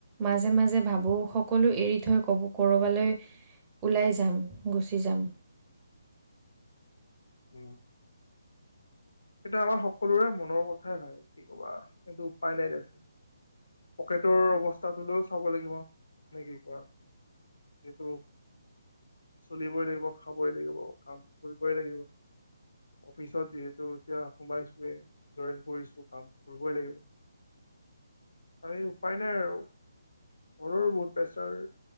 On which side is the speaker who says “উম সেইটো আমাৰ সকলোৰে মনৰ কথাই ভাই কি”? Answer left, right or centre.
Left